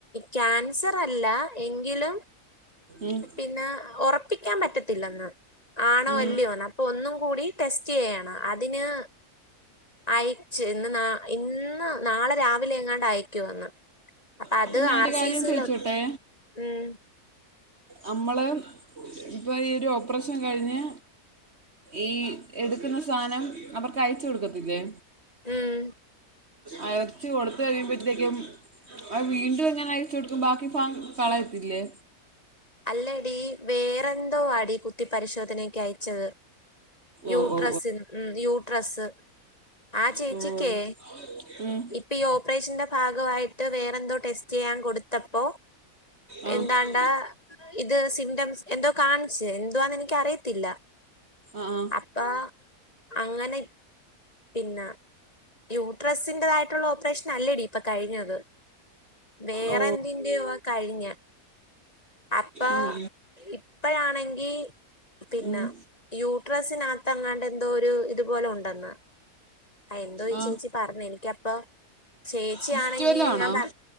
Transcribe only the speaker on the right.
ഉം
ഉം
അപ്പം ഞാനൊരു
കാര്യം
ചോദിച്ചോട്ടെ
നമ്മള് ഇപ്പ ഈ ഒരു ഓപ്പറേഷൻ കഴിഞ്ഞ്. ഈ എടുക്കുന്ന സാധനം, അവർക്ക് അയച് കൊടുക്കത്തില്ലേ?
ആ എറച്ചി കൊടുത് കഴിയുമ്പഴത്തേക്കും, അത് വീണ്ടും ഇങ്ങനെ അയച് കൊടുക്കും? ബാക്കി ഫാ കളയത്തില്ലേ?
ഓ ഓ
ഓ ഓ ഉം.
ആ ആ
ആ.
ഓ
ഉം.
ഉം.
ആ
സിസ്റ്റ് വല്ലതും ആണോ